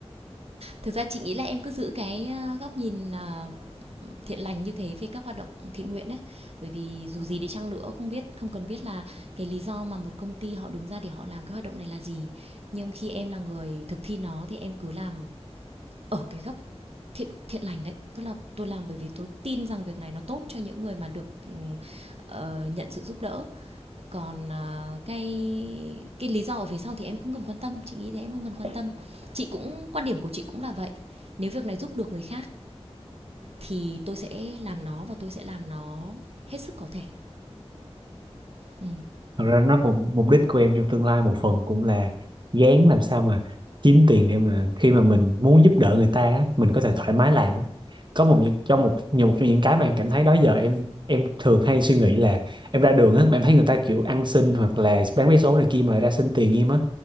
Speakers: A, on the right; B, on the right.
A: thực ra chị nghĩ là em cứ giữ cái ờ, góc nhìn ờ, thiện lành như thế về các hoạt động thiện nguyện ấy bởi vì dù gì đi chăng nữa không biết không cần biết là cái lý do mà một công ty họ đứng ra để họ làm cái hoạt động này là gì nhưng khi em là người thực thi nó thì em cứ làm ở cái góc thiện thiện lành đấy tức là tôi làm bởi vì tôi tin rằng việc này nó tốt cho những người mà được ừm, ờ, nhận sự giúp đỡ còn ờ, cái cái lý do ở phía sau thì em không cần quan tâm chị nghĩ thế em không cần quan tâm chị cũng quan điểm của chị cũng là vậy nếu việc này giúp được người khác thì tôi sẽ làm nó và tôi sẽ làm nó hết sức có thể ừ.
B: thật ra nó cũng mục đích của em trong tương lai một phần cũng là gán làm sao mà kiếm tiền để mà khi mà mình muốn giúp đỡ người ta á, mình có thể
A: Ừ.
B: thoải mái làm á. có một những- trong một nhiều một trong những cái mà em cảm thấy đó giờ em em thường hay suy nghĩ là em ra đường á mà em thấy người ta kiểu ăn xin hoặc là bán vé số này kia mà ra xin tiền em á